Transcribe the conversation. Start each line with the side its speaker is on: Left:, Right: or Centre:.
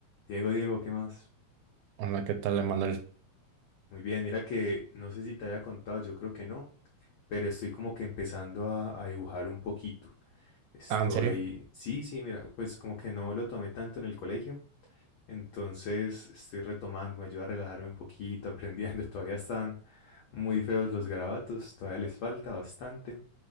Left: Diego, Diego, ¿qué más?
Right: Hola, ¿qué tal, Emanuel?
Left: Muy bien, mira que no sé si te había contado, yo creo que no, pero estoy como que empezando a, a dibujar un poquito. Estoy,
Right: Ah, ¿en serio?
Left: sí, sí, mira, pues como que no lo tomé tanto en el colegio, entonces estoy retomando, me ayuda a relajarme un poquito, aprendiendo. <laughs> Todavía están muy feos los garabatos, todavía les falta bastante,